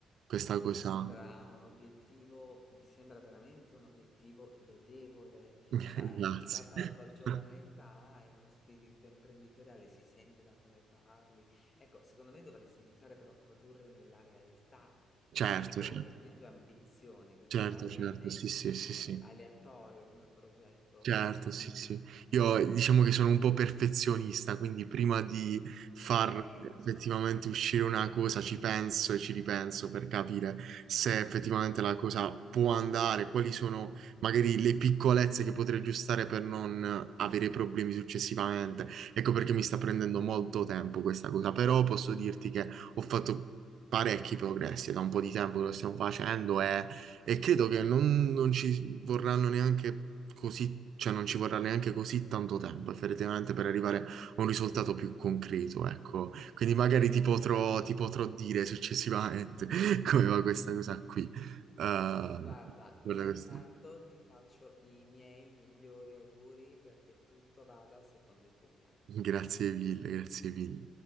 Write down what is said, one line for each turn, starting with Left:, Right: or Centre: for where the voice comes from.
Right: questa
Left: Mi
Right: cosa,
Left: sembra un obiettivo, mi sembra veramente un obiettivo lodevole,
Right: <laughs>
Left: cioè,
Right: grazie.
Left: data
Right: <laughs>
Left: la tua giovane età e uno spirito imprenditoriale, si sente da come parli. Ecco, secondo me dovresti iniziare però a tradurre nella realtà
Right: Certo,
Left: i tuoi-
Right: certo.
Left: le tue ambizioni, perché
Right: Certo,
Left: sennò rimane
Right: certo, sì, sì, sì,
Left: eh,
Right: sì.
Left: aleatorio come progetto.
Right: Certo, sì,
Left: Eh,
Right: sì. Io diciamo che sono un po' perfezionista, quindi prima di far
Left: eh,
Right: effettivamente
Left: mm,
Right: uscire una cosa ci penso e ci ripenso per capire se effettivamente la cosa può andare, quali sono magari le piccolezze che potrei aggiustare per non avere problemi successivamente. Ecco perché mi sta prendendo molto tempo questa cosa, però posso dirti che ho fatto parecchi progressi, è da un po' di tempo che lo stiamo facendo e... E credo che non, non ci vorranno neanche così cioè non ci vorrà neanche così tanto tempo effettivamente per arrivare a un risultato più concreto, ecco. Quindi magari ti potrò, ti potrò dire successivamente <laughs> come va questa cosa qui. Eh,
Left: guarda,
Right: guarda
Left: io
Right: questo.
Left: intanto ti faccio i miei migliori auguri perché tutto vada secondo i tuoi piani.
Right: Grazie mille, grazie mille.